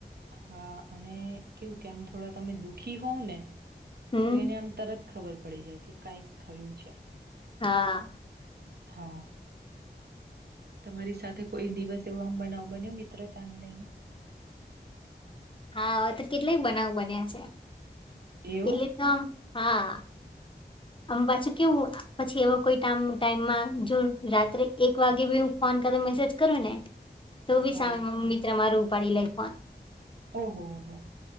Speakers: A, on the right; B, on the left.
A: હા અને કેવું કે આમ થોડા તમે દુખી હોવ ને
B: હમ
A: તો એને આમ તરત ખબર પડી જાય કે કઈક થયું છે
B: હા
A: હા તમારી સાથે કોઈ દિવસ એવો આમ બનાવ બન્યો મિત્રતાને લઈને
B: હા તો કેટલાય બનાવ બન્યા છે
A: એવું
B: એટલે તો આમ હા આમ પાછું કેવું પછી એવા કોઈ ટાઈમમાં જો રાત્રે એક વાગે બી હ ફોન <unintelligible> મેસેજ કરું ને તો બી
A: હા
B: સામે મિત્ર મારો ઉપડી લે ફોન
A: ઓહો હોહ